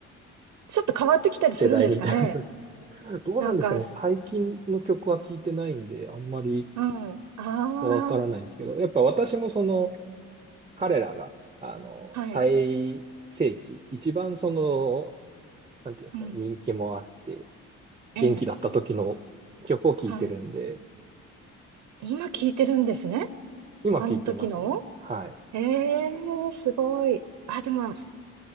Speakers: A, on the right; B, on the right.
A: ちょっと変わってきたりするんですかね。
B: 世代にいた。<laughs> どうなんですかね。
A: なんか、
B: 最近の曲は聞いてないんで、あんまり
A: うん。ああ、
B: わからないんですけど、やっぱ私もその、彼らが、あの、
A: はい。
B: 最盛期、一番その、なんていうんですかね、
A: うん。
B: 人気もあって、
A: ええ、
B: 元気だった時の曲を聴いてるんで、
A: はい。今聞いてるんですね。
B: 今聴いてますね。
A: あの時の。
B: はい。
A: ええ、すごい。あ、でも、